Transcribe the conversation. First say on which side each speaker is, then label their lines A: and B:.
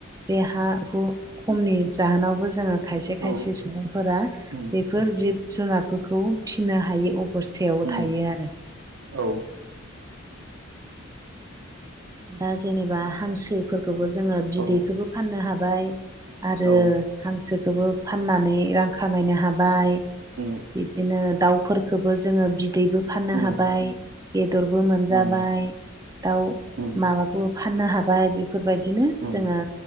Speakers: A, on the right (about 15°); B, on the right (about 80°).
A: बे हा हु खमनि जाहोनावबो जोङो खायसे
B: औ
A: खायसे सुबुंफोरा
B: उम
A: बेफोर जिब जुनारफोरखौ फिसिनो हायै अबस थायाव
B: उम
A: थायो आरो
B: औ
A: दा जेनेबा हांसोफोरखौबो जोङो बिदैखौबो
B: औ
A: फाननो हाबाय आरो
B: औ
A: हांसोखौबो फाननानै रां खामायनो हाबाय
B: उम
A: बिदिनो दाउफोर खोबो जोङो बिदैबो फाननो
B: उम
A: हाबाय बेदरबो मोनजाबाय
B: उम
A: दाउ
B: उम
A: माबाखौ फाननो हाबाय बेफोरबायदिनो
B: उम
A: जोङो